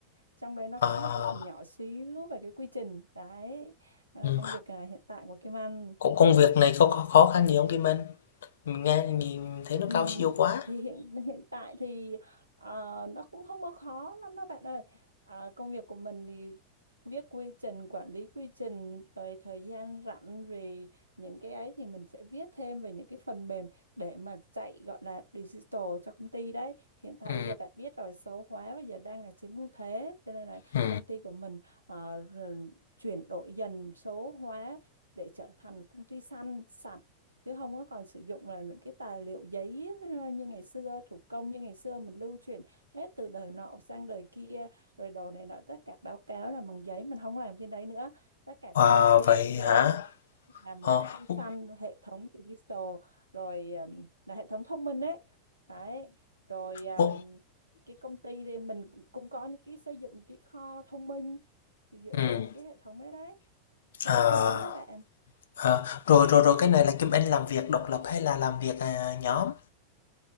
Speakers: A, on the right (about 80°); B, on the left (about 65°).
A: trong đấy nó có
B: à
A: một cái phần nhỏ xíu về cái quy trình đấy đó
B: ừ.
A: là công việc à, hiện tại của Kim Anh
B: Cũng công việc này có, có khó khăn gì không Kim Anh? Mình nghe nhìn thấy nó
A: Ừm,
B: cao siêu quá.
A: thì hiện hiện tại thì ờ, nó cũng không có khó lắm đâu bạn ơi. À, công việc của mình thì viết quy trình, quản lý quy trình, rồi thời gian rảnh rồi những cái ấy thì mình sẽ viết thêm về những cái phần mềm để mà chạy gọi là digital cho công ty đấy. Hiện tại
B: Ừ.
A: bây giờ bạn biết rồi số hóa bây giờ đang là chiếm ưu thế cho nên là
B: Ừ.
A: công ty của mình ờ, rồi chuyển đổi dần số hóa để trở thành công ty xanh sạch chứ không có còn sử dụng là những cái tài liệu giấy ờ, như ngày xưa thủ công như ngày xưa mình lưu truyền hết từ đời nọ sang đời kia rồi đồ này nọ tất cả báo cáo là bằng giấy mình không làm trên đấy nữa tất cả
B: À,
A: của công ty
B: vậy
A: mình bây giờ
B: hả?
A: là một
B: Ờ.
A: công ty
B: Ừ.
A: xanh hệ thống digital rồi ừm, là hệ thống thông minh đấy đấy rồi ừm,
B: Ừ.
A: cái công ty thì mình cũng có những cái xây dựng những cái kho thông minh thì dựa
B: Ừ.
A: trên những cái hệ thống đấy đấy số
B: Ờ,
A: hóa đấy bạn
B: ờ, rồi, rồi, rồi cái này là Kim Anh làm việc độc lập hay là làm việc, à, nhóm?